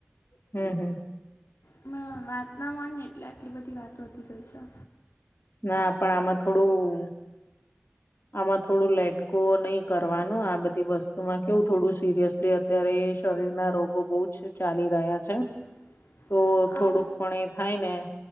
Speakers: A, on the left; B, on the left.
A: હમ્મ હમ્મ.
B: હમણાં વાતના માની ને એટલે આટલી બધી વાતો ગઈ છે.
A: ના પણ આમાં થોડું આમાં થોડું લેટ ગો નહી કરવાનું આ બધી વસ્તુમાં કેવું થોડું સિરિયસલી અત્યારે શરીરના રોગો બહુજ ચાલી રહ્યા છે.
B: <inaudible> <unintelligible>
A: તો થોડુંક
B: આ
A: પણ એ થાય ને,